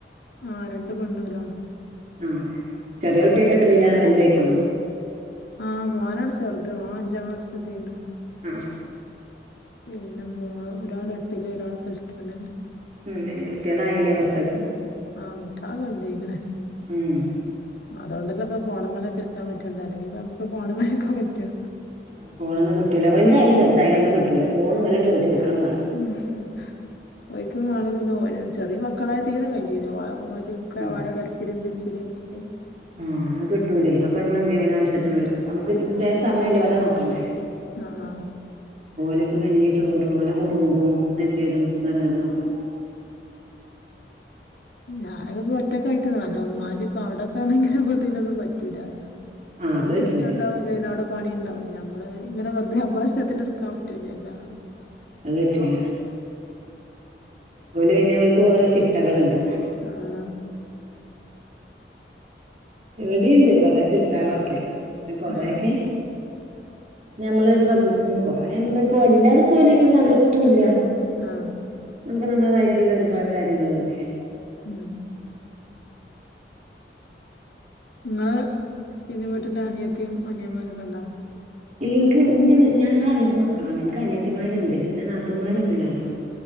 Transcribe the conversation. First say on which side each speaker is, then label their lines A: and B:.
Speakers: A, on the left (about 85°); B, on the right (about 40°).
A: ആഹ് രണ്ട് പെണ്ണും ഒരാണും
B: ആഹ് ചെറിയൊട്ടിയൊക്കെ എത്രല്ല
A: ഉം
B: വലുതായിക്കണോ
A: ആഹ് മോനാണ് ചെറുത് ഓൻ അഞ്ചാം ക്ലാസ്സിൽ എത്തിക്കണ്
B: ആഹ്
A: പിന്നെ മോൾ ഒരാൾ എട്ടില് ഒരാൾ പ്ലസ് ടുന്
B: ഉം വല്യകുട്ടികൾ ആയില്ലേ അവർ
A: ഉം ആണ്കുട്ടികള വലുതായിക്ക്ണ്
B: ഉം
A: അതോണ്ടല്ല ഇപ്പോ ഫോണമ്മല് ഒക്കെ ഇര്ക്കാൻ പറ്റണ്ടെ അല്ലങ്കി ഇപ്പോ നമുക്ക് ഫോണമ്മ ഇരിക്കാൻ പറ്റോ
B: അഹ് ഫോണെന്നും കിട്ടൂല വലുതായാലും ചെറുതായാലൊന്നും കിട്ടൂല്ല ഫോൺ ഓല് ചോയിച്ച് ഓൽക്കണ വാണം
A: ഉം ഒയിക്കുമാണം പിന്നെ ഓ ചെറിയ മക്കളായ തീരെ <unintelligible> <unintelligible>
B: ഉം
A: വട കരച്ചിലും പിടിച്ചാലും ആയിട്ടില്ലേ
B: ആഹ് അത് കിട്ടൂലേ അപ്പൊ നമ്മളെന്ത് ചെയ്യും ആവശ്യത്തിന് നമുക്ക് വേറെ സമയമല്ലോഓലോ നോക്കണ്ടേ
A: അഹ്
B: ഓലക്ക് കഞ്ഞി ചോറ് ഓലെ കുറുമ്പും മറ്റേതും നിറങ്ങട്ട് നോക്ക
A: ഞാനക്കൊ ഒറ്റക്കയിട്ട്ന്നല്ലോ ഉമ്മാന്റെ ഇപ്പൊ അവിടൊക്കെ ആണെങ്കി ഇതിനൊന്നും പറ്റൊല
B: ആഹ് അത്
A: എനിക്ക്
B: പറ്റൂല
A: ഇഷ്ട ഉണ്ടാവ ന അവിടെ പണി ഉണ്ടാവും ഞമ്മള് ഇങ്ങനെ വെറുതെ നമ്മള ഇഷ്ടത്തിന് എറക്കാൻ പറ്റോലാലോ
B: അത് പറ്റൂല്ല ഓല് പിന്നെ ഓല്ക്ക് ഓരോ ചിട്ടകളുണ്ട്
A: അഹ്
B: ഇവിടിണ്ട് കൊറെേ ചിട്ടളൊക്കെ കൊറൊക്കെ
A: ആഹ്
B: ഞമ്മള് ശ്രദ്ധിച്ചു കൊറെേ നമ്മള് ഇപ്പോ എല്ലാര്ക്കും ഒരേ പോലെ ഉഹ് എത്തൂല
A: അഹ്
B: നമുക്ക് നമ്മളതായിട്ടുള്ള ഒരുപാട് കാര്യങ്ങളുല്ലേ
A: ഉം നിങ്ങള് പിന്നെ വീട്ടില് അനിയത്തിയും അനിയമാരോക്കെ ഉണ്ടാ
B: എനിക്ക് എന്റെ ഞങ്ങൾ അഞ്ചച് മക്കളാണ് എനിക്ക് അനിയേത്തിമാരുണ്ട് എന്റെ നാത്തൂമാരൊന്നുംല്ലാട്ട ആഹ്